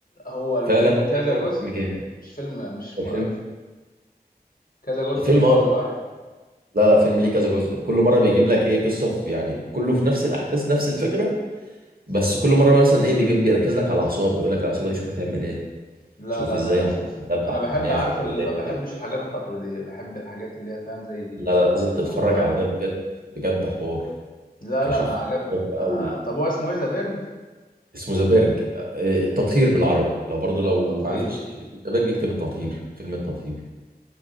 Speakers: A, on the left; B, on the right.
A: هو الفيلم
B: فعلا
A: كذا
B: فعلا
A: جزء
B: فيلم جامد
A: مش فيلم مش
B: الفيلم
A: م... كذا جزء
B: فيلم
A: مش
B: اه
A: جزء واحد
B: لا لا فيلم ليه كذا جزء كل مره بيجيب لك ايه قصه في يعني كله في نفس الاحداث نفس الفكره بس كل مره مثلا ايه بيجيب بيركز لك على العصابه يقول لك العصابه دي شوف هتعمل ايه
A: لا
B: شوف
A: لا
B: ازاي
A: ده انا اشوفه
B: هتدبح
A: انا بحب
B: في الناس
A: عارف
B: شوف
A: ال...
B: ازاي
A: ما بحبش الحاجات التقليديه بحب الحاجات اللي هي فاهم زي دي
B: لا لا لازم
A: اللي
B: تتفرج
A: هو
B: على ده بجد بجد حوار
A: لا
B: كشخص
A: لا انا عجبني
B: او
A: انا طب هو اسمه ايه ذا بيرج
B: اسمه ذا بيرج آه، التطهير بالعربي لو برضو لو
A: التطهير
B: ما عرفتش تكتب ذا بيرج اكتب التطهير فيلم التطهير